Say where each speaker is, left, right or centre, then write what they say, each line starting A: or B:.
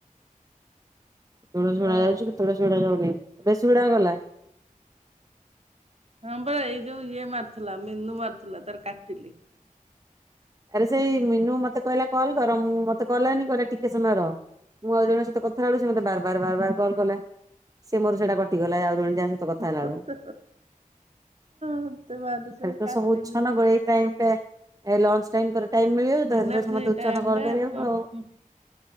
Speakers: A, on the right; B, on the right.
A: କେତେବେଳେ ଶୁଣା
B: ହଁ
A: ଯାଉଛି କେତେବେଳେ ଶୁଣା ଯାଉନି ବେଶୀ ଗୁଡାଗଲା।
B: ହଁ ପରା ଏଇ ଯୋଉ ଇଏ ମାରିଥିଲା ମିନୁ ମାରିଥିଲା ତାର କାଟିଲି
A: ଆରେ ସେଇ ମିନୁ ମତେ କହିଲା କଲ୍ କର ମୁଁ ମତେ କଲାନି କହିଲା ଟିକେ ସମୟରହ ମୁଁ ଆଉ ଜଣଙ୍କ ସହିତ ବେଳୁ ସେତେ ବାର ବାର ବାର କଲ କଲା ସିଏ ମୋର ସେଟା କଟି ଗଲା ଯାଉ ଜଣ ଯାହା ସହିତ କଥା ହେଲା
B: ମତେ
A: ବେଳକୁ
B: ମତେ ମାରୁଚୁ
A: ଖାଲି ତ
B: କାଟିଲି।
A: ସବୁ ଉଛନ ଏଇ ଟାଇମ ଟା ଲଞ୍ଚ ଟାଇମ ପରେ ଟାଇମ ମିଳିଗଲା ତ
B: ଏଇନା
A: ସେଥିପାଇଁ
B: ଫ୍ରି
A: ସମସ୍ତେ ଉଚ୍ଚ
B: ଟାଇମ୍
A: କଲ
B: ଟା
A: କରିହେବ
B: ହଁ
A: ଆଉ
B: ହୁଁ